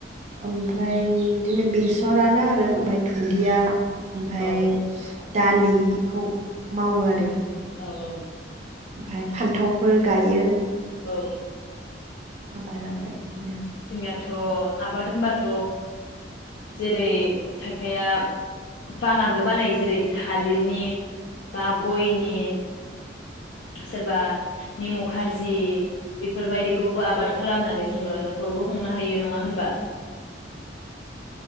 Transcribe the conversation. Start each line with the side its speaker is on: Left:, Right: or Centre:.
Right: ओमफ्राय बिदिनो बेसरानो आरो ओमफ्राय धुन्दिया। ओमफाय।
Left: औ
Right: दालिखौ मावो आरो
Left: औ औ।
Right: ओमफाय फान्थावफोर गायो।
Left: औ।
Right: आबादआवहाय इदिनो
Left: जोंनाथ आबाद होनबाथ जेरै खायफाया बागानबो बानायो जेरै थालिरनि बा गयनि सोरबा निमु खारजि बेफोरबायदिखौबो आबाद खालामनानै जोङो नखरावबो खुंनो हायो नङा होनबा?